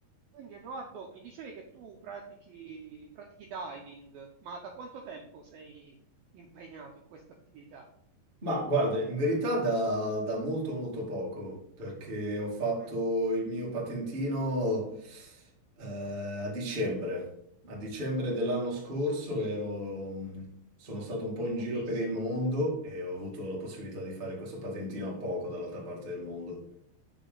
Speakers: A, on the right; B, on the right.
A: Quindi Edoardo, mi dicevi che tu pratichi, pratichi diving, ma da quanto tempo sei impegnato in questa attività?
B: Ma guarda, in verità da, da molto molto poco, perché ho fatto
A: Mm,
B: il mio patentino eh, a dicembre. A dicembre dell'anno scorso
A: sì,
B: ero, mh, sono
A: ok,
B: stato un
A: Quindi
B: po' in
A: pochissimo.
B: giro per il mondo e ho avuto la possibilità di fare questo patentino a poco dall'altra parte del mondo.